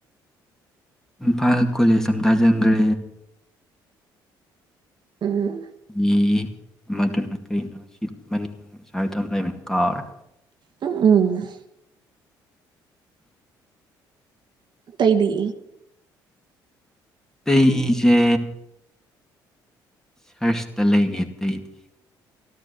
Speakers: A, in the centre; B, on the right.
A: ꯏꯝꯐꯥꯜ ꯀꯣꯂꯦꯖ ꯇꯥ ꯁꯨꯝ ꯊꯖꯟꯒ꯭ꯔꯦ
B: ꯎꯝ
A: ꯑꯦ ꯃꯗꯨꯅ ꯀꯩꯅꯣ ꯁꯤ ꯃꯅꯤꯡ ꯑꯁꯋꯥꯏꯗꯝ ꯂꯩꯕꯅꯦ ꯀꯥꯎꯔꯦ
B: ꯎꯝ ꯇꯩꯗꯤ
A: ꯇꯩ ꯖꯦ ꯁꯔ꯭ꯁꯇ ꯂꯩꯒꯦ ꯑꯇꯩꯗꯤ꯫